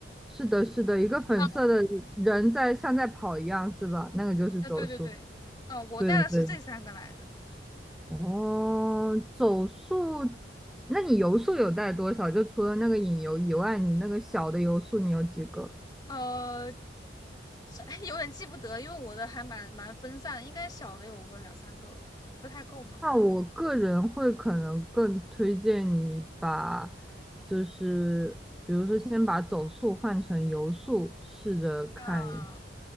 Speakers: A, in the centre; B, on the left (about 20°).
A: 是的，是的，一个粉色的人在像在跑一样，
B: 哦，
A: 是吧？那个就是走速。
B: 啊对对对，哦、我带的是这三个来的，
A: 对的，对的。哦，走速，那你游速有带多少？就除了那个引游以外，你那个小的游速你有几个？
B: 呃，是 <laughs> 有点记不得，因为我的还蛮蛮分散的应该小的有个两三个吧，不太够吗？
A: 那我个人会可能更推荐你把，就是比如说先把走速换成游速，试着看。
B: 啊，